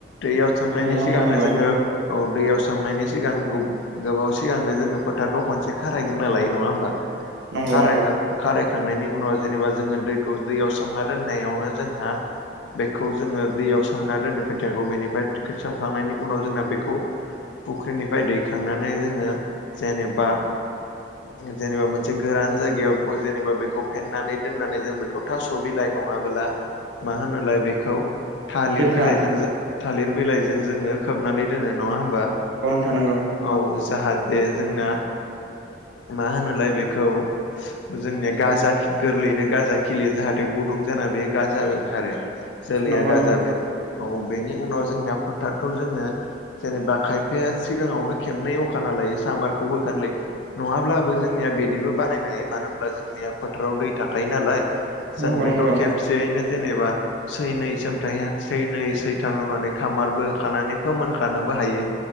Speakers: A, on the left; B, on the right.
A: दैयाव सोमनायनि
B: नंगौ नोंथां
A: सिगांनो
B: नंगौ
A: जोङो औ दैयाव सोमनायनि सिगां गोब-गोबाव सिगांनो जोङो फोथारखौ खनसे खारायग्रोनो लायो नङा होमबा?
B: नंगौ
A: खारायखां
B: नंगौ
A: खाराय खांनायनि उनाव जेनेबा जोङो दैखौ दैयाव सोमना दोननायावनो जोंहा बेखौ जोङो दैयाव सोमना दोनो खोथियाखौ बेनिफ्राय सोमखांनायनि उनाव जोंना बेखौ फुख्रिनिफ्राय दैखांनानै जोङो जेनेबा जेनेबा मोनसे गोरान जायगायाव बेखौ जेनेबा बेखौ फेनानै दोननानै जों बेखौ थास' बिलाय नङाबोला मा होनलाय बेखौ थालिर
B: खिरखा
A: बिलाइजों जों थालिर बिलाइजों जोङो खोबनानै दोनो नङा होमबा?
B: थां नोंगौ।
A: औ जाहाथे जोंना मा होनोलाय बेखौ जोंनिया गाजा खि गोरलैयैनो गाजा खिलियो जाहाथे गुदुं जाना बे गाजा ओंखारो। जोलैया
B: नंगौ
A: गाजा बेरो औ बेनि उनाव जोंना फोथारखौ जोङो जेनेबा खायफ फाया सिगाङावनो खेबनै अवखाना लायो सामबारखौ होखाना लायो नङाब्लाबो जोंनिया बिदिबो बानायनाय <unintelligible> मानो होनोब्ला जोंनिया फोथाराव दै थाखायायो नालाय
B: नंगौ
A: जों बेखौ
B: नंगौ
A: खबसेैनो जेनेबा सैनै सोमथाय सैनै सैथाम एवनानै खामारबो होखानानै फोमोनखानोबो बो हायो